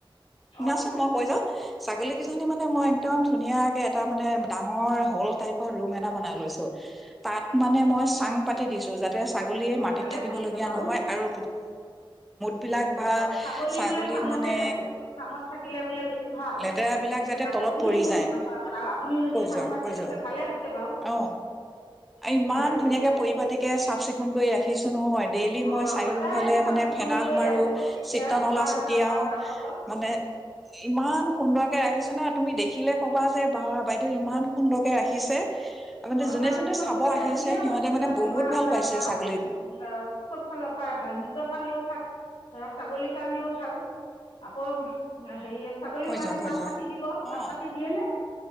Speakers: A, in the centre; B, on the left (about 80°).
A: শুনাচোন
B: অ
A: মই কৈ যাও কিজানি মানে একদম ধুনীয়াকে এটা মানে ডাঙৰ হল টাইপৰ ৰুম এটা বনাই লৈছো তাত মানে মই চাং পাতি দিছো যাতে ছাগলীয়ে
B: অ
A: মা ত
B: ভালে
A: থাকিবলগীয়া
B: কৰিছে বাৰু
A: নহয় আৰু চ <unintelligible> ছাগলী বিলাক বা
B: অ
A: ছাগলী
B: বোলে চাঙতে
A: মানে
B: থাকে চাঙত থাকিলে বোলে বেছি ভাল
A: লেতেৰা বিলাক
B: সেইটো
A: যাতে
B: কাৰণে
A: তলত
B: শুনিছোঁ
A: পৰি যাই
B: মানুহ আপুনি যদি
A: কই
B: চাং
A: যোৱা
B: পাতি
A: কই
B: লৈছে
A: যোৱা
B: ভালে হৈছে বাৰু
A: অ ইমান
B: ভালে কৰিছে
A: ধুনীয়াকে পৰি পাতিকে চাফ চিকুণকে ৰা নহয় নাই ডেইলি
B: অ'
A: মই চাৰিওফালে
B: সদায় চাফ
A: মানে
B: চিকুণকৈ
A: ফেনাল মাৰো
B: ৰাখিব তেতিয়া
A: চিতনলা
B: বেমাৰ
A: ছটিয়াও
B: আজাৰৰ পৰা ভাল হ'ব
A: মানে ইমান সুন্দৰকে ৰাখিছো নহয় তুমি দেখিলে ক'বা যে বা বাইদেউ ইমান সুন্দৰকৈ ৰাখিছে। তপে
B: অ'
A: যোনে
B: চাফ
A: যোনে
B: চিকুণকৈ
A: চাব আহিছে
B: ৰাখিলে
A: সিহঁতে
B: তেতিয়া
A: মানে বহুত
B: বেমাৰ
A: ভাল
B: আজাৰৰ
A: পাইছে
B: পৰা
A: ছাগলী।
B: উম চব ফালৰ পৰা ভাল নিজৰ কাৰণেও ভাল ধৰা ছাগলীৰ কাৰণেও ভাল আকৌ হেৰি। ছাগলীৰ
A: কৈ
B: কাৰণে
A: যোৱা কৈ
B: পাত
A: যোৱা
B: কাটি দিব পাত
A: অ
B: কাটি দিয়ে নে